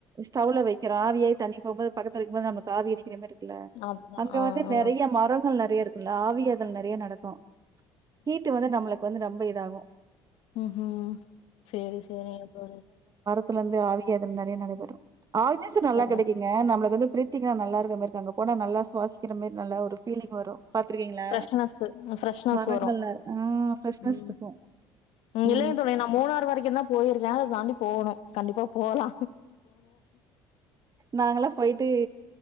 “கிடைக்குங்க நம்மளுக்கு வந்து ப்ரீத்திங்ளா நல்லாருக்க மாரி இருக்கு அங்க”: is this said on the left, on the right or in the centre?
Right